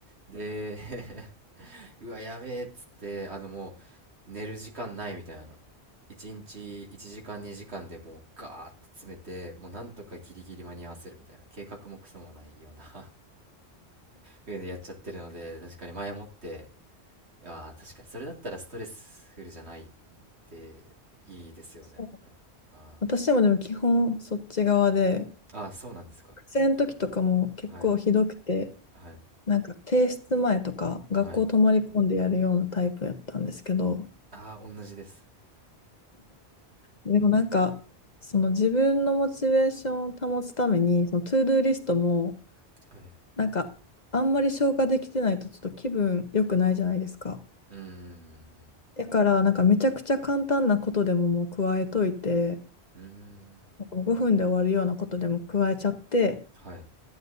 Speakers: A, on the right; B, on the left.
A: で <laughs> うわ、やべえっつって、あのもう、寝る時間ないみたいな。1日1時間2時間でもうガーって詰めて、もうなんとかギリギリ間に合わせるみたいな。計画もクソもないような <laughs> いうの <laughs> やっちゃってるので、確かに前もって、ああ、確かにそれだったらストレスフルじゃないっていいですよね。
B: そう
A: あ
B: 私もでも基本そっち側で、
A: あ、あーそうなんですか。
B: 学生の時とかも結構ひどくて、
A: はい、はい、
B: なんか提出前とか学校泊まり込んでやるようなタイプやったんですけど、
A: はい。ああー、同じです。
B: でもなんか、その自分のモチベーションを保つために、そのトゥードゥーリストも、
A: はい。
B: なんかあんまり消化できてないとちょっと気分良くないじゃないですか。
A: うーん、
B: だからなんかめちゃくちゃ簡単なことでももう加えといて、
A: うーん、
B: なんかもう5分で終わるようなことでも加えちゃって、
A: はい。